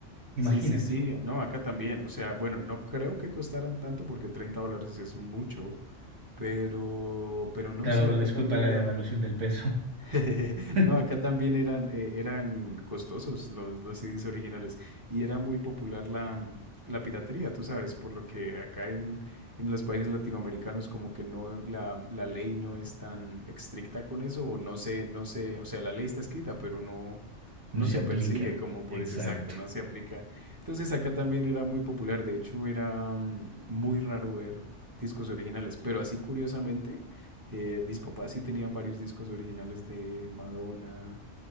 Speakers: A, on the right (about 20°); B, on the right (about 75°).
A: Sí,
B: Imagínate.
A: sí, sí, no, acá también. O sea, bueno, no creo que costaran tanto porque 30 dólares es mucho, pero, pero no,
B: Claro,
A: sí, acá
B: les
A: también
B: culpa la
A: era,
B: devaluación del peso.
A: <laughs>
B: <laughs>
A: No, acá también eran, eh, eran costosos los, los CDs originales y era muy popular la, mm, la piratería, tú sabes, por lo que acá en, en los países latinoamericanos como que no, la, mm, la ley no es tan estricta con eso o no se, no se, o sea, la ley está escrita, pero no,
B: No
A: no
B: se
A: se
B: aplica.
A: persigue como por
B: Exacto.
A: ese exacto, no se aplica. Entonces acá también era muy popular, de hecho era mm, muy raro ver discos originales, pero así curiosamente eh, mis papás sí tenían varios discos originales de Madonna,